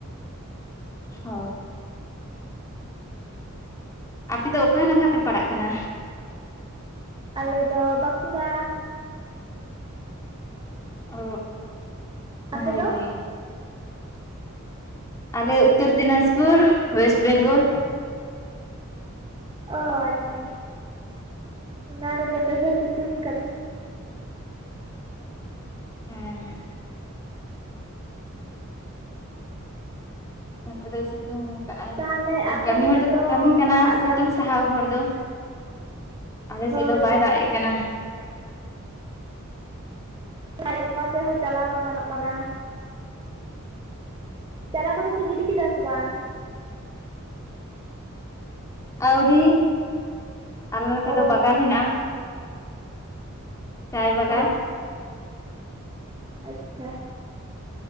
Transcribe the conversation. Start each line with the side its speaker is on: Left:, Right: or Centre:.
Left: ᱦᱚ ᱟᱯᱮ ᱫᱚ ᱚᱠᱟ ᱱᱟᱠᱷᱟ ᱯᱮ ᱯᱟᱲᱟᱜ ᱠᱟᱱᱟ?
Right: ᱟᱞᱮᱫᱚ ᱵᱟᱸᱠᱩᱲᱟ
Left: ᱚ ᱚᱱᱟ
Right: ᱟᱯᱮ
Left: ᱨᱤᱜᱮ
Right: ᱫᱚ
Left: ᱟᱞᱮ ᱩᱛᱛᱚᱨ ᱫᱤᱱᱟᱡᱽᱯᱩᱨ ᱳᱭᱮᱥᱴ ᱵᱮᱝᱜᱚᱞ
Right: ᱚ ᱟᱪᱪᱷᱟ ᱚᱱᱟ ᱨᱮᱜᱮ ᱚᱱᱛᱮ ᱫᱚ ᱥᱤᱛᱩᱝ ᱠᱟᱫᱟ
Left: ᱦᱩᱸ ᱱᱮᱛᱮᱫ ᱫᱚᱭ ᱥᱤᱛᱩᱝ ᱠᱟᱜᱼ ᱟᱭ
Right: ᱛᱟᱦᱚᱞᱮ
Left: ᱟᱨ
Right: ᱟᱯᱮ
Left: ᱠᱟᱹᱢᱤ
Right: ᱥᱮᱫ
Left: ᱦᱚᱲ ᱫᱚᱠᱚ
Right: ᱫᱚ
Left: ᱠᱟᱹᱢᱤ ᱠᱟᱱᱟ
Right: ᱵᱟᱭ ᱫᱟᱜ ᱮᱫᱟ
Left: ᱥᱤᱛᱩᱝ ᱥᱟᱦᱟᱣ ᱦᱚᱲ ᱫᱚ ᱟᱞᱮᱥᱮᱫ
Right: ᱦᱳᱭ
Left: ᱫᱚ
Right: ᱦᱳᱭ
Left: ᱵᱟᱭ ᱫᱟᱜ ᱮᱜ ᱠᱟᱱᱟ
Right: <unintelligible> ᱚᱠᱟ ᱥᱮᱫ ᱦᱚᱸ ᱪᱟᱞᱟᱣ ᱵᱟᱝ ᱜᱟᱱᱚᱜ ᱠᱟᱱᱟ ᱪᱟᱨᱟ ᱠᱚᱫᱚ ᱯᱮ ᱜᱤᱰᱤ ᱠᱮᱫᱟ ᱥᱮ ᱵᱟᱝ?
Left: ᱟᱹᱣᱨᱤ ᱟᱞᱮ ᱱᱚᱛᱮ
Right: ᱚ
Left: ᱫᱚ ᱵᱟᱜᱟᱱ ᱦᱮᱱᱟᱜᱼᱟ ᱪᱟᱭ ᱵᱟᱜᱟᱱ
Right: ᱚ ᱟᱪᱪᱷᱟ